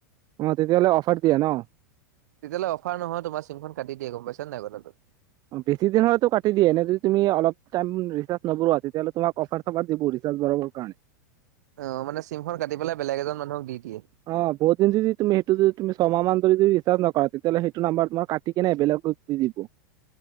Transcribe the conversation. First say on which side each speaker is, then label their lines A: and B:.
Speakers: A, on the right; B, on the right.
A: অ তেতিয়াহ'লে অফাৰ দিয়ে ন?
B: তেতিয়াহ'লে অফাৰ নহয়, তোমাৰ চিমখন কাটি দিয়ে গম পাইছা নে নাই কথাটো?
A: বেছি দিন হ'লেটো কাটি দিয়ে। এনে যদি তুমি অলপ টাইম ৰিচাৰ্জ নভৰোৱা তেতিয়াহ'লে তোমাক অফাৰ অফাৰ দিব ৰিচাৰ্জ ভৰাবৰ কাৰণে।
B: অ মানে চিমখন কাটি পেলাই বেলেগ এজন মানুহক দি দিয়ে।
A: অ বহুত দিন যদি তুমি সেইটো যদি তুমি ছমাহ মান যদি ৰিচাৰ্জ নকৰা তেতিয়া হ'লে সেইটো নাম্বাৰ তোমাৰ কাটি কেনে বেলেগক দি দিব।